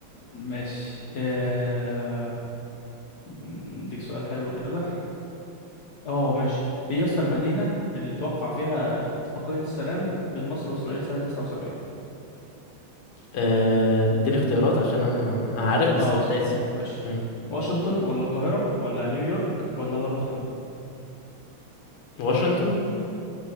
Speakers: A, on the left (about 60°); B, on the left (about 80°).
A: ماشي آه، م- أديك سؤال حلو كده أه ماشي إيه يا اسطى المدينة اللي توقع فيها اتفاقية السلام بين مصر وإسرائيل سنة 79
B: آه، اديني اختيارات عشان انا أنا عارف بس
A: أه
B: ناسي
A: آه، صح صح ماشي
B: مم.
A: واشنطن ولا القاهرة ولا نيويورك ولا لندن
B: واشنطن